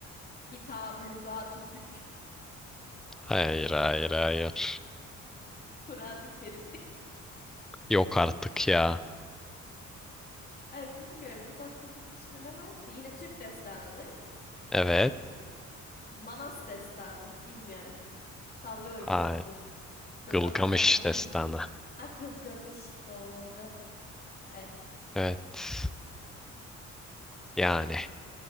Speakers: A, on the left; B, in the centre.
A: Kitab-ı Lügat-ı Türk.
B: Hayır, hayır, hayır.
A: <laughs> Kur'an-ı Kerim değil.
B: Yok artık ya.
A: Ay, bilmiyorum. Kutat Kubilik dışında ne var ki? Yine Türk destanıdır.
B: Evet.
A: Manas destanı. Bilmiyorum. Sallıyorum
B: Hayır.
A: şu an dur. Çok
B: Gılgamış
A: fazla bir tarihi
B: destanı.
A: bilgim. Agılgamış doğru. Evet.
B: Evet. Yani.